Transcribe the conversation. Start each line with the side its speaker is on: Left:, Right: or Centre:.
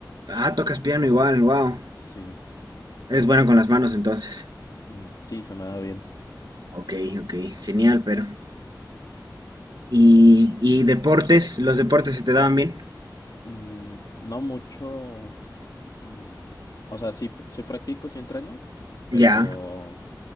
Right: Ah, tocas piano igual, wow.
Left: Sí,
Right: Eres bueno con las manos entonces.
Left: mm, sí, se me da bien.
Right: Ok, ok, genial, pero. ¿Y, y deportes? ¿Los deportes se te daban bien?
Left: Mm, no mucho. mm, o sea, sí, sí practico, sí entreno, pero
Right: Ya,